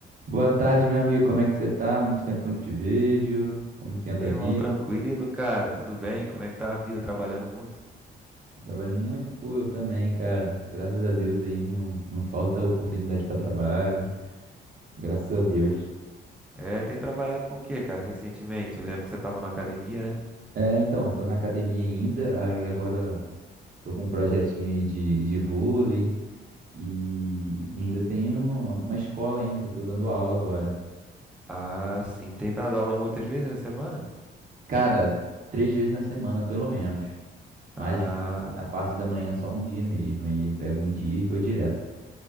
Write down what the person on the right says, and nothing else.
Boa tarde, meu amigo. Como é que você tá? Muito tempo que eu não te vejo. Como que anda
a vida?
Trabalhando muito? Pô, eu também, cara. Graças a Deus aí não, não falta oportunidade para trabalho. Graças a Deus.
É, então, eu tô na academia ainda. Aí agora tô com um projetinho aí de, de vôlei e, e ainda tenho uma escola ainda que eu tô dando aula agora.
Cara, três vezes na semana, pelo menos. Mas
na parte da manhã só um dia mesmo. Aí eu pego um dia e vou direto.